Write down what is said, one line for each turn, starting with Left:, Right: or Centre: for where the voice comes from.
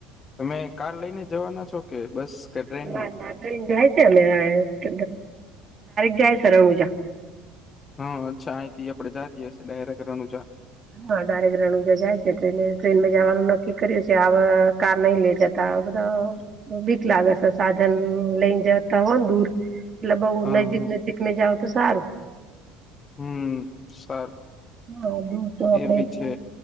Left: તમે કાર લઈને જવાના છો કે બસ. કે ટ્રેનમાં
Right: ના ના જાય છે અ ડારેક્ટ જાય છે રણ ઉજા.
Left: હા અચ્છા અહીંથી આપડે જએ છીએ ડાયરેક્ટ રનુજા.
Right: હા ડારેક રણ ઉજા જાય છે ટ્રે ટ્રેનમાં જવાનું નક્કી કર્યું છે આ કાર નહી લે જતા. બધા બીક લાગે છે સાધન લઈને જતા હો દૂર. એટલે બઉુ
Left: હા
Right: નજદીક
Left: હા
Right: નજીક મે જાાવ તો સારું.
Left: હમ સારું
Right: હા દ તો આપડે
Left: એ બી છે